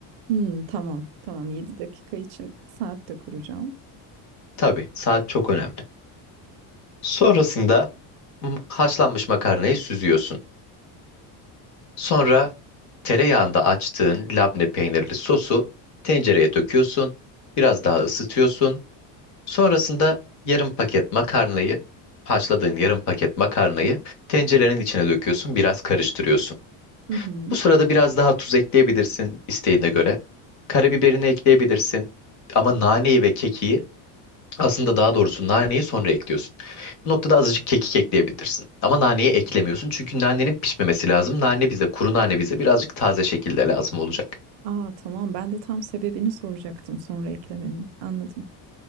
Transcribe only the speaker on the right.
Hmm, tamam tamam 7 dakika için saat de kuracağım.
Hı hı.
Aa tamam ben de tam sebebini soracaktım sonra eklemenin anladım.